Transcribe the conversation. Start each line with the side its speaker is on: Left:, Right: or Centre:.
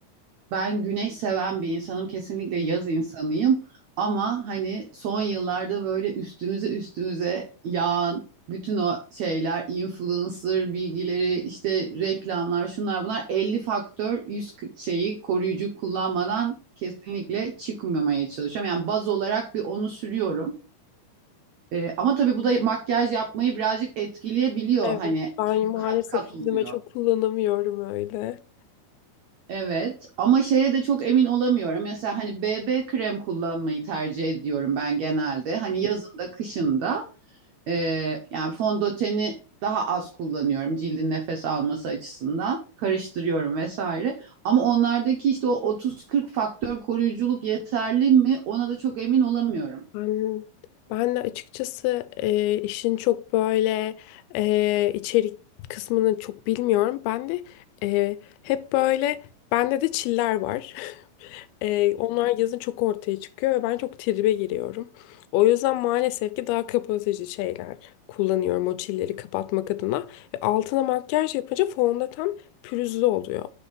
Right: ben güneş seven bir insanım. Kesinlikle yaz insanıyım. Ama hani son yıllarda böyle üstümüze üstümüze yağan bütün o şeyler, influencer bilgileri, işte reklamlar, şunlar bunlar 50 faktör 100 k- şeyi koruyucu kullanmadan kesinlikle çıkmamaya çalışıyorum. Yani baz olarak bir onu sürüyorum. E, ama tabii bu da makyaj yapmayı birazcık etkileyebiliyor
Left: Evet,
Right: hani.
Left: ben
Right: Çünkü
Left: maalesef
Right: kat kat oluyor.
Left: yüzüme çok kullanamıyorum öyle.
Right: Evet ama şeye de çok emin olamıyorum. Mesela hani BB krem kullanmayı tercih ediyorum ben genelde. Hani yazında, kışında e, yani fondöteni daha az kullanıyorum cildin nefes alması açısından. Karıştırıyorum vesaire. Ama onlardaki işte o 30-40 faktör koruyuculuk yeterli mi? Ona da çok emin olamıyorum.
Left: Ben, ben de açıkçası e, işin çok böyle e, içerik kısmını çok bilmiyorum. Ben de e, hep böyle bende de çiller var. Ee, onlar yazın çok ortaya çıkıyor ve ben çok tribe giriyorum. O yüzden maalesef ki daha kapatıcı şeyler kullanıyorum o çilleri kapatmak adına. Ve altına makyaj yapınca fondöten pürüzlü oluyor.